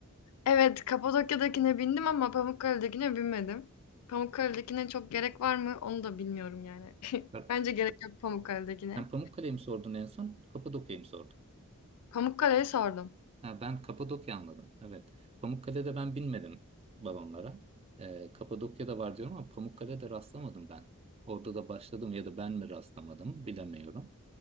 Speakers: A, on the left; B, on the right.
A: Evet, Kapadokya'dakine bindim ama Pamukkale'dekine binmedim. Pamukkale'dekine çok gerek var mı? Onu da bilmiyorum yani. <laughs>
B: Bak,
A: Bence gerek yok Pamukkale'dekine.
B: sen Pamukkale'yi mi sordun en son? Kapadokya'yı mı sordun?
A: Pamukkale'ye sordum.
B: Ha, ben Kapadokya anladım. Evet. Pamukkale'de ben binmedim balonlara. Ee, Kapadokya'da var diyorum ama Pamukkale'de rastlamadım ben. Orada da başladım ya da ben mi rastlamadım bilemiyorum.